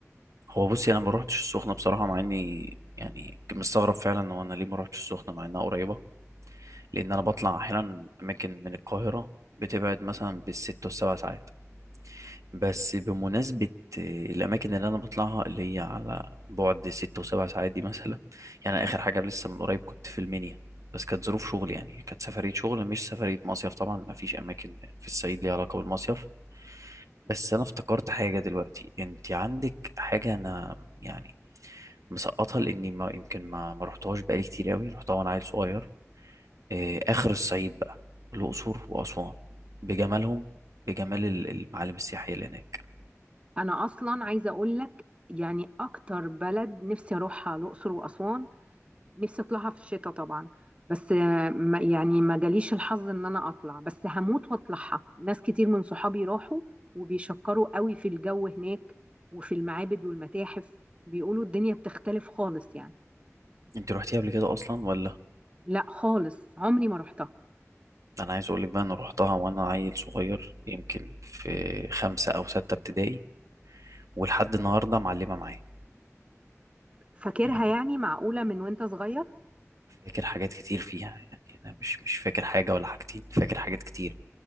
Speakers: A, on the right; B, on the right.
A: هو بصي انا ما روحتش السخنه بصراحه مع اني يعني كنت مستغرب فعلا هو انا ليه ما روحتش السخنه مع انها قريبه لان انا بطلع احيانا اماكن من القاهره بتبعد مثلا بالست والسبع ساعات بس بمناسبه آه، الاماكن اللي انا بطلعها اللي هي على بعد ست وسبع ساعات دي مثلا يعني اخر حاجه لسه من قريب كنت في المنيا بس كانت ظروف شغل يعني كانت سفريه شغل مش سفريه مصيف طبعا ما فيش اماكن في الصعيد ليها علاقه بالمصيف بس انا افتكرت حاجه دلوقتي انت عندك حاجه انا يعني مسقطها لاني ما يمكن ما ما رحتهاش بقالي كتير قوي رحتها وانا عيل صغير آه، اخر الصعيد بقى الاقصر واسوان بجمالهم بجمال ال- المعالم السياحيه اللي هناك
B: أنا أصلا عايزة أقول لك يعني أكتر بلد نفسي أروحها الأقصر وأسوان نفسي اطلعها في الشتاء طبعا بس آه، ما يعني ما جاليش الحظ ان انا اطلع بس هموت واطلعها ناس كتير من صحابي راحوا وبيشكروا قوي في الجو هناك وفي المعابد والمتاحف بيقولوا الدنيا بتختلف خالص يعني
A: انت روحتيها قبل كده اصلا ولا
B: لا خالص عمري ما رحتها
A: انا عايز اقول لك بقى انا روحتها وانا عيل صغير يمكن في خمسة او ستة ابتدائي ولحد النهارده معلمه معايا
B: فاكرها
A: يعني
B: يعني معقولة من وانت صغير
A: فاكر حاجات كتير فيها يعني انا مش مش فاكر حاجه ولا حاجتين فاكر حاجات كتير